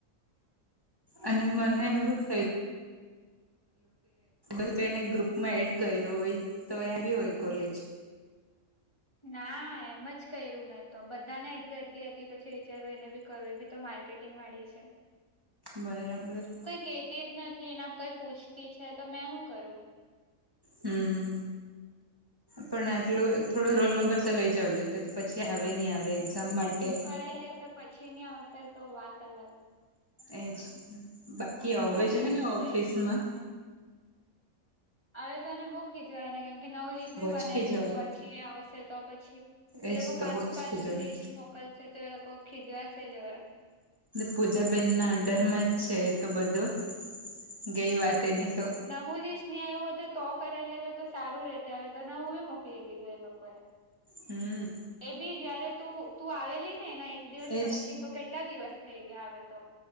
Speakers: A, on the right; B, on the left.
A: અને મને એવું થયુ એ કે એને ગ્રુપ માં એડ કર્યું હોય તો આવી હોય કોલેજ
B: ના એમ જ કર્યું મેં તો બધાને એડ કરતી હતી પછી વિચારું એને બી કરો એ બી તો માર્કેટ ટિંગ વાળી છે.
A: બરાબર
B: કે કે એક નથી એને કોઈ પૂછતી છે તો મેં શું કરું
A: હમ્મ પણ આટલું થોડો રોલ નંબર તો લઇ જવો જોઈએ. તે તો પછી આવે નહી આવે એક્ઝામ માટે
B: સહી લાઇટર પછી નઈ આવશે તો વાત અલગ
A: એજ બાકી
B: ખબર
A: હવે છે
B: નઈ
A: ને
B: હું
A: ઓફિસ
B: થઈ ગયું
A: માં
B: સપને હવે તો એને બઉ ખીજવાળે એને કેમ કે નવું લિસ્ટ
A: બોચકી
B: બી બનાવી
A: જ
B: દીધું પછી આવશે તો પછી એ
A: એજ
B: લોકો કોઈ
A: તો
B: પાછું
A: બોચકી
B: પાછું
A: જોય
B: લિસ્ટ મોકલે. કલ સ તે લોકો ખીજવા છે જ હવે
A: પૂજાબેન ના અંડરમાં જ છે તો બધું ગઈ વાત એની તો
B: નવુ લિસ્ટ ની આવું હોત તો કરાવી લેતા તો સારું રેતે હવે તોને હું બી મોકલી દીધું એ લોકોએ
A: હમ્મ.
B: એ બી જયારે તું તું આવેલી નેના એક દિવસ
A: એજ
B: પછી તો કેટલા દિવસ થઈ ગયા હવે તો.